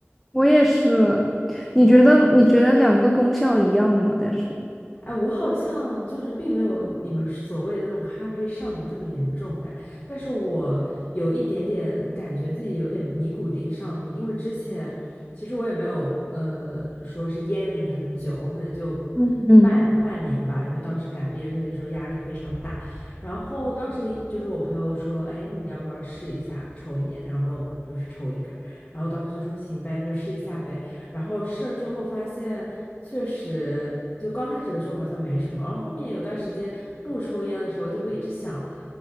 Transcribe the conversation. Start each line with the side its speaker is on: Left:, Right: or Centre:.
Centre: 我也是。你觉得你觉得两个功效一样吗？但是，
Left: 哎，我好像就是并没有你们所谓的那种咖啡上瘾这么严重哎，但是我有一点点感觉自己有点尼古丁上瘾，因为之前其实我也没有呃说是烟龄很久，我可能就
Centre: 嗯嗯，
Left: 半半年吧，因为当时赶毕业设计的时候压力非常大，然后当时就是我朋友说，哎，你要不要试一下抽烟，然后跟我们就是抽一根儿，然后我当时就说行呗，那就试一下呗，然后试了之后发现，确实就刚开始的时候好像没什么，然后后面有段时间不抽烟的时候，就会一直想，